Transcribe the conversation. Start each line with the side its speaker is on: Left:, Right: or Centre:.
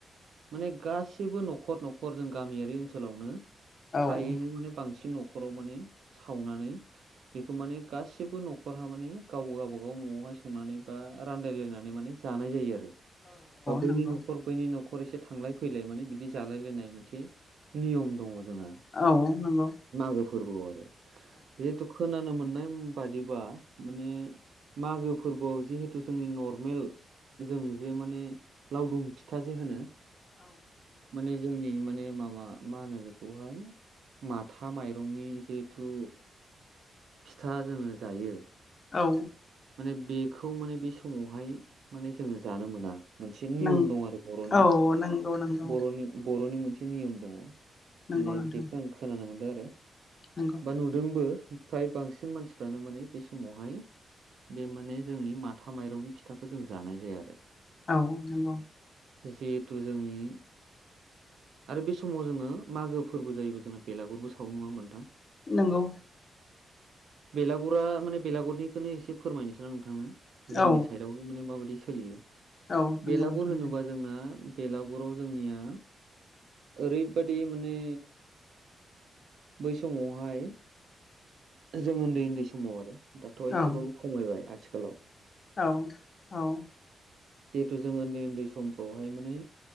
Right: माने गासिबो नखर नखर जों गामियारि ओनसोलावनो
Left: औ
Right: फ्रायैनो
Left: नंगौ
Right: माने बांसिन न' खराव माने सावनानै बेखौ माने गासिबो नखरहा माने गाव गावबा गाव न'आव संनानै बा रानलाय लायनानै माने जानाय जायो आरो बा बैनि
Left: औ नंगौ
Right: नखर बैनि न खरसे थांलाय फैलाय माने बिदि जालायलायनाय मोनसे नियम दङ। जोंहा
Left: औ नंगौ।
Right: मागो फोरबोआव आरो जिहुतु खोनानो मोन नेम बादिबा माने मागो फोरबोआव जे थु जोंनि नरमेल जों जे माने लावदुम फिथा जे होनो माने जोंनि माने मा मा मा होनो बेखौहाय माथा माइरंनि जिहेथु फिथा जोङो जायो।
Left: औ
Right: माने बेखौ माने बे समावहाय माने जोङो जानो मोना। मोनसे नियम
Left: नों
Right: दं आरो बरनि
Left: औ नंगौ नंगौ
Right: बरनि ब रनि मोनसे नियम दङ
Left: नंगौ
Right: माने
Left: नोंथां
Right: बेखौ आं खोनानो मोनदों आरो।
Left: नंगौ
Right: बा नुदोंबो फ्राय बांसिन मानसिफ्रानो माने बे समावहाय बे माने जोंनि माथा माइरंनि फिथाखौ जों जानाय जाया आरो।
Left: औ नंगौ।
Right: जिहेथु जोंनि आरो बे समाव जोङो मागो फोरबो जायोबो जोंना बेलागुरबो सावो नङा होमबा नोंथां?
Left: नोंगौ।
Right: बेलागुरा माने बेलागुरनिखोनो एसे फोरमायनोसै आं नोंथांनो। जोंनि
Left: औ
Right: साइडआवनो माने माबायदि सोलियो
Left: औ नंगौ
Right: बेलागुर
Left: नोंथां
Right: होनोबा
Left: दे
Right: जोंना बेलागुराव जोंनिया ओरैबादि माने बै समावहाय जों उन्दै उन्दै समाव आरो दाथ एसेबाव
Left: औ
Right: बाइ आथिखालाव
Left: औ औ
Right: जिहेतु जों उन्दै उन्दै समफ्रावहाय माने